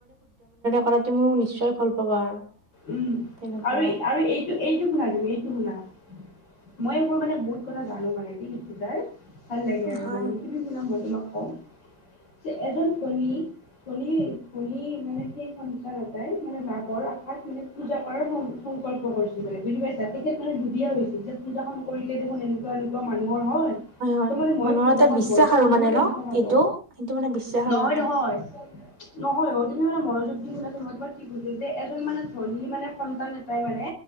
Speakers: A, on the right; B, on the left.
A: কৰাটো মোক নিশ্চয় ভাল পাবা আৰু।
B: উম,
A: তেনেকুৱা
B: আৰু আৰু এইটো - এইটো টো শুনা তুমি এইটো শুনা মই এইবোৰ মানে বহুত কথা জানো মানে কি তাৰ ভাল লাগে আৰু
A: হয়
B: মানে তুমি শুনা মই তোমাক
A: <inaudible>
B: কওঁ যে এজন ধনী - ধনী - ধনী মানে সেই সঞ্চাৰতোই মানে নভৰ আশ তাত মানে পূজা কৰাৰ সংকল্প কৰিছো মানে বুজি পাইছা তেখেত মানে দুুবিীয়া হৈছিল যে পূজাখন কৰিলে দেখোন এনেক একুৱা এনেকুৱা মানুহৰ হয়
A: হয়
B: ত মানে মই
A: মানুহৰ
B: পূজাখন
A: এটা বিশ্বাস
B: কৰো ত
A: আৰু
B: মোৰ
A: মানে
B: কেনেকুৱা
A: ন
B: হ'ব।
A: এইটো সেইটো মানে বিশ্বাস
B: নহয়
A: আৰু এটা
B: - নহয় - নহয় অ, তুমি মানে মনোযোগ দি শুনাচোন মই তোমাক কি কৈছো যে এ মান ধনী মানে সন্তান এটাই মানে